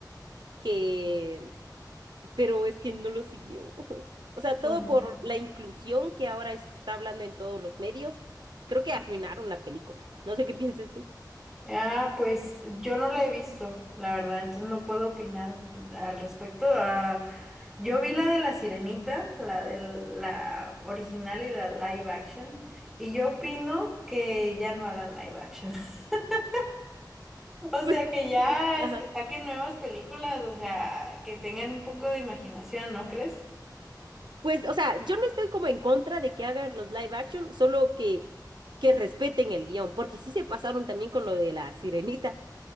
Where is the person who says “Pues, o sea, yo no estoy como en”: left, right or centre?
Right